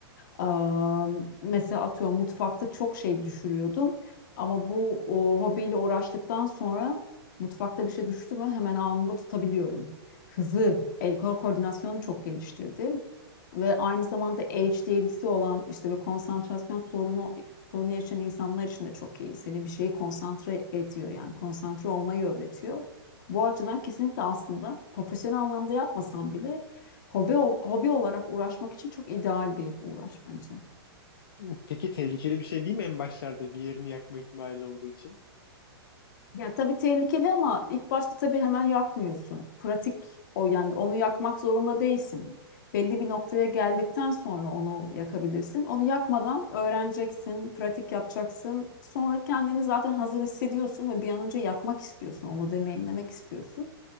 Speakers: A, on the left; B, on the left.
A: Am, mesela atıyorum mutfakta çok şey düşürüyordum. Ama bu o, hobiyle uğraştıktan sonra mutfakta bir şey düştü mü hemen anında tutabiliyorum. Hızı, el kol koordinasyonu çok geliştirdi ve aynı zamanda ADHD'si olan işte bir konsantrasyon sorunu sorunu yaşayan insanlar için de çok iyi. Seni bir şeye konsantre ediyor yani konsantre olmayı öğretiyor. Bu açıdan kesinlikle aslında profesyonel anlamda yapmasan bile hobi hobi olarak uğraşmak için çok ideal bir uğraş bence.
B: <laughs> Peki tehlikeli bir şey değil mi en başlarda bir yerini yakma ihtimali olduğu için?
A: Ya tabii tehlikeli ama ilk başta tabii hemen yakmıyorsun. Pratik o yani onu yakmak zorunda değilsin. Belli bir noktaya geldikten sonra onu yakabilirsin. Onu yakmadan öğreneceksin, pratik yapacaksın. Sonra kendini zaten hazır hissediyorsun ve bir an önce yakmak istiyorsun, onu deneyimlemek istiyorsun.